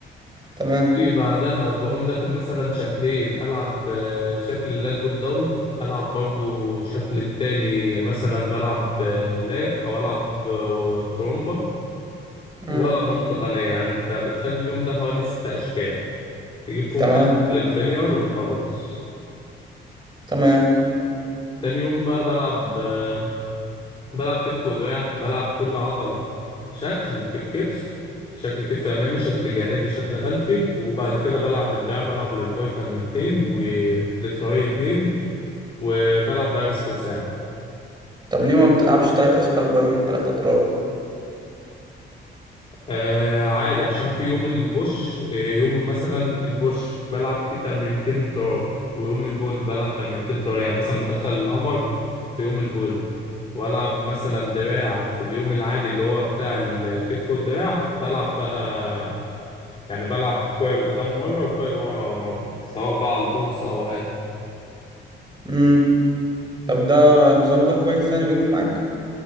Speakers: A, on the right; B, on the left.
A: تمام
B: وبعدها بقوم داخل مثلا شكلين العب آه، شكل اللات بول داون العب برضو شكل التاني مثلا بلعب آه، لات او العب آه، ترومبا
A: مم.
B: ولا بمام قطنية يعني انت بتخلي اليوم ده حوالي ست اشكال تجيب فيهم
A: تمام
B: اكل للفيلير وخلاص
A: تمام
B: تاني يوم بقى بلعب آه، بلعب كتف ودراع بلعب كل عضلة شكل في الكتف شكل كتف امامي شكل جانبي شكل خلفي وبعد كده بلعب للدراع بلعب للباي تمرينتين وللتراي اتنين وبلعب بقى ريست وساعد
A: طب ليه ما بتلعبش تلات اشكال باي وتلات اطراء
B: آه عادي عشان في يوم البوش آه، يوم مثلا البوش بلعب فيه تمرينتين تراي ويوم البول بلعب تمرينتين تراي يعني مثلا بدخل الهامر في يوم البول والعب مثلا دراع في اليوم العادي اللي هو بتاع الكتف والدراع بلعب بقى يعني بلعب كوعي قدام مرة وكوعي ورا مرة سواء بقى على الهورس أو عادي
A: امم طب ده النظام ده كويس يعني بيجيب معاك